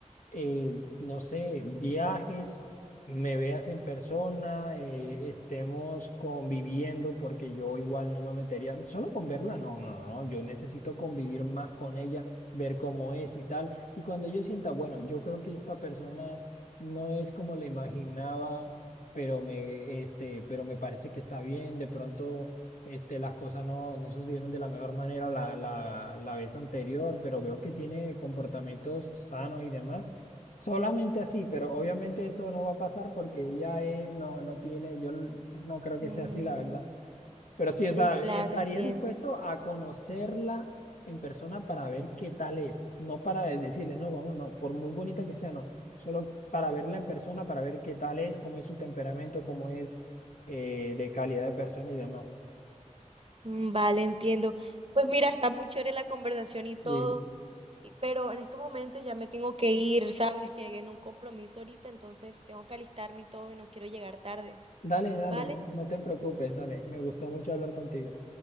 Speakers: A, on the left; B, on the right.
A: eh, no sé, viajes, me veas en persona, eh, estemos conviviendo, porque yo igual no me metería, solo con verla, no, no, no, no, yo necesito convivir más con ella, ver cómo es y tal. Y cuando yo sienta, bueno, yo creo que esta persona no es como la imaginaba, pero me, este, pero me parece que está bien, de pronto. Este, las cosas no, no sucedieron de la mejor manera la, la la vez anterior, pero veo que tiene comportamientos sanos y demás Solamente así, pero obviamente eso no va a pasar porque ella eh, no, no tiene, yo l- no creo que
B: Mm,
A: sea así, la verdad. Pero sí,
B: sí,
A: o sea,
B: claro,
A: estaría
B: entiendo.
A: dispuesto a conocerla en persona para ver qué tal es, no para de- decirle, no, vamos, no, por muy bonita que sea, no, solo para verla en persona, para ver qué tal es, cómo es su temperamento, cómo es eh, de calidad de persona y demás.
B: Mm, vale, entiendo. Pues mira, está muy chévere la conversación y
A: Sí,
B: todo, y- pero en estos momentos ya me tengo que ir, sabes que en un compromiso ahorita, entonces tengo que alistarme y todo y no quiero llegar tarde,
A: dale, dale,
B: ¿vale?
A: no te preocupes, dale, me gustó mucho hablar contigo.